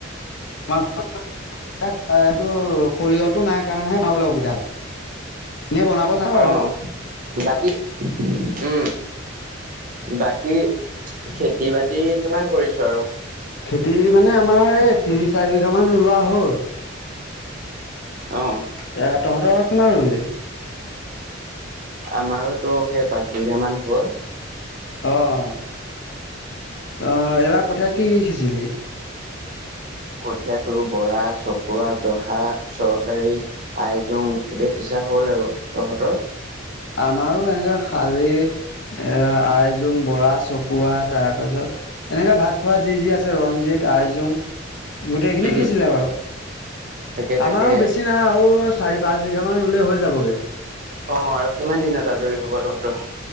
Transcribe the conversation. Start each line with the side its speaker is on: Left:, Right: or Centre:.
Left: <unintelligible> এইটো সৰিয়হতো নাই কাৰণেহে পাবলৈ অসুবিধা হয়। এনেই বনাব যাওঁ আৰু।
Right: অ', বাকী উম, বাকী খেতি বাতি কিমান কৰিছ আৰু?
Left: আহ। খেতি মানে আমাৰ এই তিনি চাৰি বিঘা মান ৰোৱা হ'ল।
Right: অ'।
Left: এ, তহঁতৰ কিমান ৰুলি?
Right: আমাৰোতো সেই পাঁচ বিঘা মান হ'ল।
Left: অ', তই এইবাৰ কঠীয়া কি, কি সিছিলি?
Right: কঠীয়া‌ তোৰ বৰা, চকুৱা, জহা, চৰকাৰী, আইজং এতিয়া হিচাপ হ'ল আৰু তহঁতৰ
Left: আমাৰো এনেকা খালি এ, আইজং, বৰা, চকুৱা তাৰপাছত এনেকা ভাত খোৱা যি, যি আছে ৰঞ্জিত, আইজুং। গোটেইখিনি
Right: উম।
Left: সিছিলে বাৰু,
Right: তাকে তাকে
Left: আমাৰো বেছি নাই আৰু চাৰি, পাঁচ বিঘা মান ৰুলে হৈ যাবগে।
Right: অ', আৰু কিমান দিনত আজৰি হ'ব তহঁতৰ?